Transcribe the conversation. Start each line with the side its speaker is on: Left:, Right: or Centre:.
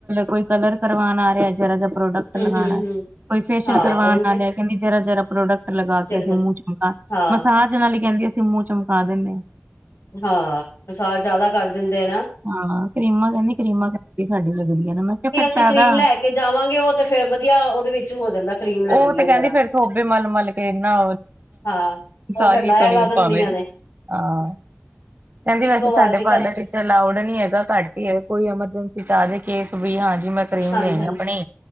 Right: ਕੋਈ ਕਲਰ ਕਰਵਾਉਣ ਆ ਰਿਹਾ ਪ੍ਰੋਡਕਟ
Left: ਹਮ
Right: ਲਗਾਣਾ
Left: ਹਮ ਹਮ
Right: ਕੋਈ ਫੇਸਿਆਲ
Left: ਹਾਂ
Right: ਕਰਵਾਣਾ
Left: ਉਹੀ
Right: <unintelligible>
Left: ਤੇ
Right: ਪ੍ਰੋਡਕਟ ਲਗਾ
Left: ਜਿਹੜੇ
Right: ਕੇ ਅਸੀਂ ਮੂੰਹ ਚ ਮਕਾ
Left: ਹਾਂ
Right: ਮਸਾਜ ਨਾਲ ਹੀ ਕਹਿੰਦੀ ਅਸੀਂ ਮੂੰਹ ਚਮਕਾ ਦਿਨੇ ਆ
Left: ਹਾਂ ਜਿਆਦਾ ਕਰ ਦਿੰਦੇ ਨਾ
Right: ਹਾਂ ਕਰੀਮ ਐਨੀ ਕਰੀਮ ਸਾਡੀ ਲਗਦੀਆਂ ਨੇ ਕਿਹਾ ਫਿਰ
Left: ਸਕਰੀਨ
Right: ਫਾਇਦਾ
Left: ਲੈ ਕੇ ਜਾਵਾਂਗੇ ਉਹ ਤੇ ਫਿਰ ਵਧੀਆ ਉਹਦੇ ਵਿੱਚ ਹੋ ਜਾਂਦਾ ਕਰੀਮ ਲੱਗਦੀ
Right: ਉਹ ਤੇ
Left: ਹੈ
Right: ਕਹਿੰਦੀ
Left: ਜਰਾ
Right: ਫਿਰ ਥੋਪੇ ਮਲ ਮਲ ਕੇ ਨਾ
Left: ਹਾਂ
Right: ਸਾਰੀਆਂ
Left: ਉਹ ਫੇਰ ਲਾਇਆ ਲਾ
Right: <unintelligible>
Left: ਦਿੰਦੀਆਂ ਨੇ
Right: ਹਾਂ ਕਹਿੰਦੀ
Left: ਇੱਕੋ
Right: ਬਸ
Left: ਵਾਰ
Right: ਸਾਡੇ
Left: ਚ
Right: ਬਾਲਾਂ
Left: ਖਤ
Right: ਤੇ ਅਲਾਉਡ ਨਹੀਂ ਹੈਗਾ ਘੱਟ ਕੋਈ ਐਮਰਜੰਸੀ ਵੀ ਹਾਂ ਜੀ ਮੈਂ ਕਰੀਮ
Left: ਹਾਂਜੀ
Right: ਲਿਆਈ
Left: ਹਾਂਜੀ
Right: ਆਪਣੀ